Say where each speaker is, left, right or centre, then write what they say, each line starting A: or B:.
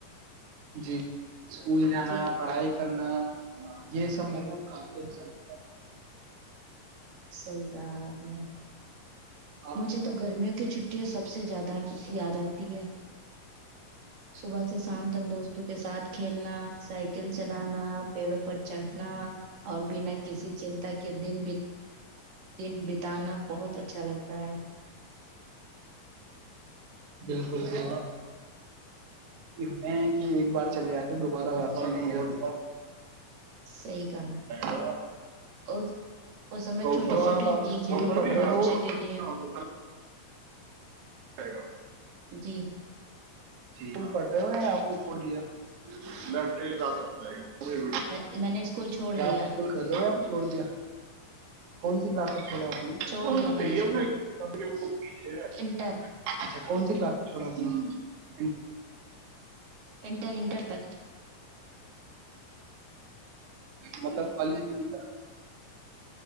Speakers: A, on the right; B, on the right.
A: جی اسکول جانا
B: ٹھیک
A: پڑھائی کرنا یہ سب میرے کو کافی اچھا لگتا ہے <unintelligible>
B: صحی کہ آپ نے
A: ہے۔ آپ
B: مجھے
A: کو کیا
B: تو گرمیوں کی چھٹیاں سب سے زیادہ یاد آتی ہیں صبح سے شام تک دوست کے ساتھ کھیلنا سائیکل چلانا پیڑوں پر چڑھنا اور بنا کسی چنتا کے کہ دن دن بتانا بہت اچھا لگتا <inaudible>
A: بالکل ہوتے ہیں کہ ایک بار چلے آتے دوبارہ واپسی نہیں آتے
B: صحیح کہا
A: گ
B: اور اس سمے
A: کو
B: چھوٹی
A: سو
B: چھوٹی
A: آپ آپ
B: چیزیں
A: اسکول
B: بھی
A: پڑھ
B: بہت
A: رہے
B: خوشی
A: ہو
B: دیتی ہیں
A: <unintelligible> آائے گا <unintelligible>
B: جی <unintelligible>
A: پل پٹے ہوئے آپ نے چھوڑ دیا <unintelligible>
B: <unintelligible>
A: کیا
B: دیا
A: آپ اسکول کر رہے ہو چھوڑ دیا کون سا <unintelligible> جی بات <unintelligible> احی
B: چھوڑ دیا میں نے اسکول
A: ہے بندے پیچ
B: انٹر
A: اچھا کون سی للا <unintelligible> تھوڑا اپنا <unintelligible>
B: انٹر انٹر تک
A: مطلبال تھا <unintelligible>